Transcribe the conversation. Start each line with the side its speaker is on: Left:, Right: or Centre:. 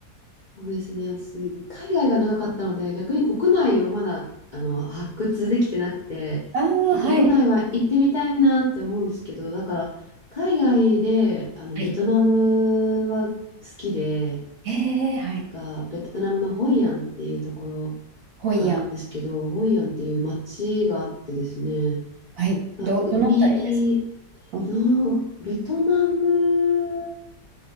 Left: そうですね。私、海外が長かったので、逆に国内をまだ、あの、発掘できてなくて、
Right: ああー、はい。
Left: 国内は行ってみたいなって思うんですけど、だから、海外で、あの、
Right: はい。
Left: ベトナムは好きで、
Right: ええ、はい。
Left: なんか、ベトナムのホイアンっていうところ
Right: ホイアン。
Left: があるんですけど、ホイアンっていう街があってですね、
Right: はい。
Left: まあ、
Right: ど、
Left: 海
Right: どのあたりですかうん。
Left: の、ベトナム